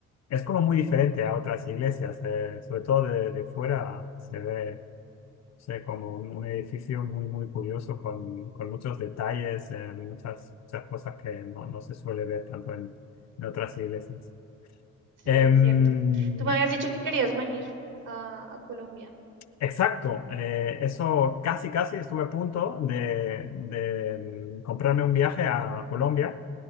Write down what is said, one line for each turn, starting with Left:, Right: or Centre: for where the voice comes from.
Left: es como muy diferente a otras iglesias. eh, sobre todo de, de fuera se ve, se ve como un, un edificio muy, muy curioso con, con muchos detalles, eh, muchas, muchas cosas que no, no se suele ver tanto en, en otras iglesias.
Right: Sí,
Left: Em,
Right: es cierto. Tú me habías dicho que querías venir a, a Colombia.
Left: Exacto, eh, eso casi casi estuve a punto de, de, mm, comprarme un viaje a Colombia,